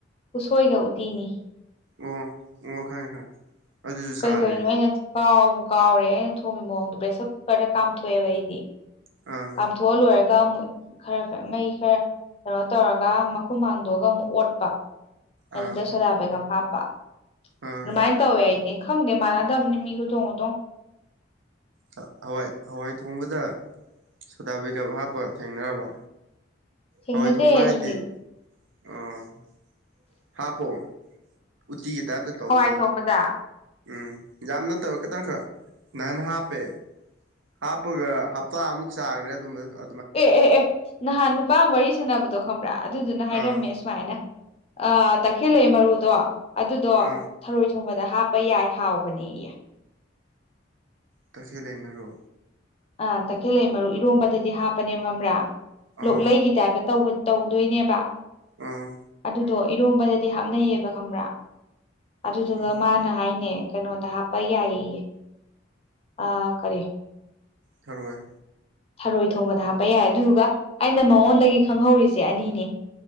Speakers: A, on the left (about 30°); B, on the right (about 75°).
A: ꯎꯁꯣꯏꯒ ꯎꯇꯤꯅꯤ꯫
B: ꯑꯣ ꯑꯣ ꯈꯪꯉꯦ ꯈꯪꯉꯦ꯫ ꯑꯗꯨꯁꯨ ꯆꯥꯔꯦ
A: ꯀꯩ ꯀꯩꯅꯣ ꯑꯩꯅ ꯀꯥꯎꯕꯨ ꯀꯥꯎꯔꯦ ꯑꯩꯅ ꯊꯣꯡꯒꯤ ꯃꯑꯣꯡꯗꯣ ꯄ꯭ꯔꯦꯁꯔ ꯀꯨꯀꯔꯗ ꯀꯥꯝꯊꯣꯛꯑꯦꯕ ꯑꯩꯗꯤ꯫
B: ꯑꯥ꯫
A: ꯀꯥꯝꯊꯣꯛꯑ ꯂꯣꯏꯔꯒ ꯑꯃꯨꯠ ꯈꯔ ꯈꯔ ꯃꯩ ꯈꯔ ꯀꯩꯅꯣ ꯇꯧꯔꯒ ꯃꯈꯨꯝ ꯍꯥꯡꯗꯣꯛꯑꯒ ꯑꯃꯨꯛ ꯑꯣꯠꯄ꯫ ꯑꯗꯨꯗ
B: ꯑꯥ
A: ꯁꯣꯗꯥ ꯕꯥꯏꯒꯞ ꯍꯥꯞꯄ
B: ꯑꯥ
A: ꯑꯗꯨꯃꯥꯏꯟ ꯇꯧꯋꯦ ꯑꯩꯗꯤ꯫ ꯈꯪꯗꯦ ꯃꯥꯥꯟꯅꯗꯝꯅꯤ ꯃꯤ ꯈꯨꯊꯣꯡ ꯈꯨꯊꯣꯡ꯫
B: ꯍ ꯍꯋꯥꯏ ꯍꯋꯥꯏ ꯊꯣꯡꯕꯗ ꯁꯣꯗꯥ ꯕꯥꯏꯒꯞ ꯍꯥꯞꯄ ꯊꯦꯡꯅꯔꯕ꯫
A: ꯊꯦꯡꯅꯗꯦ
B: ꯍꯋꯥꯏ ꯊꯣꯡꯕ
A: ꯑꯗꯨꯗꯤ
B: ꯍꯥꯏꯗꯤ ꯑꯣ ꯍꯥꯞꯄꯣ ꯎꯇꯤꯒꯤ ꯇꯥꯏꯞꯇ ꯇꯧꯕꯅꯦ꯫
A: ꯍꯋꯥꯏ ꯊꯣꯡꯕꯗ
B: ꯎꯝ ꯌꯥꯝ ꯅꯠꯇꯕ ꯈꯤꯇꯪꯈꯛ ꯅꯍꯥꯟ ꯍꯥꯞꯄꯦ꯫ ꯍꯥꯞꯄꯒ ꯍꯞꯇꯥ ꯑꯃꯨꯛ ꯆꯥꯒ꯭ꯔꯦ ꯑꯗꯨꯝꯕ ꯑ
A: ꯑꯦ ꯑꯦ ꯑꯦ ꯅꯍꯥꯟ ꯅꯨꯄꯥ ꯑꯃ ꯋꯥꯔꯤ ꯁꯥꯅꯕꯗꯣ ꯈꯪꯕ꯭ꯔꯥ ꯑꯗꯨꯗꯨꯅ
B: ꯑꯥ
A: ꯍꯥꯏꯔꯝꯃꯦ ꯁꯨꯃꯥꯏꯅ꯫ ꯑꯥ ꯇꯈꯦꯜꯂꯩ ꯃꯔꯨꯗꯣ ꯑꯗꯨꯗꯣ
B: ꯑꯥ
A: ꯊꯔꯣꯏ ꯊꯣꯡꯕꯗ ꯍꯥꯞꯄ ꯌꯥꯏ ꯍꯥꯎꯕꯅꯦꯌꯦ꯫
B: ꯇꯈꯦꯜꯂꯩ ꯃꯔꯨ꯫
A: ꯑꯥ ꯇꯈꯦꯜꯂꯩ ꯃꯔꯨ ꯏꯔꯣꯝꯕꯗꯗꯤ ꯍꯥꯞꯄꯅꯦꯕ ꯈꯝꯕ꯭ꯔꯥ
B: ꯑꯥ
A: ꯂꯣꯛꯂꯩꯒꯤ ꯇꯥꯏꯞꯇ ꯇꯧꯕ ꯇꯧꯗꯣꯏꯅꯦꯕ꯫
B: ꯑꯥ꯫
A: ꯑꯗꯨꯗꯣ ꯏꯔꯣꯝꯕꯗꯗꯤ ꯍꯥꯞꯅꯩꯌꯦꯕ ꯈꯝꯕ꯭ꯔꯥ ꯑꯗꯨꯗꯨꯒ
B: ꯎꯝ
A: ꯃꯥꯅ ꯍꯥꯏꯅꯦ꯫ ꯀꯩꯅꯣꯗ ꯍꯥꯄ ꯌꯥꯏꯌꯦꯌꯦ ꯑꯥ ꯀꯔꯤ
B: ꯊꯔꯣꯏ
A: ꯊꯔꯣꯏ ꯊꯣꯡꯕꯗ ꯍꯥꯞꯄ ꯌꯥꯏ ꯑꯗꯨꯗꯨꯒ ꯑꯩꯅ ꯃꯉꯣꯟꯗꯒꯤ ꯈꯪꯍꯧꯔꯤꯖꯦ ꯑꯅꯤꯅꯦ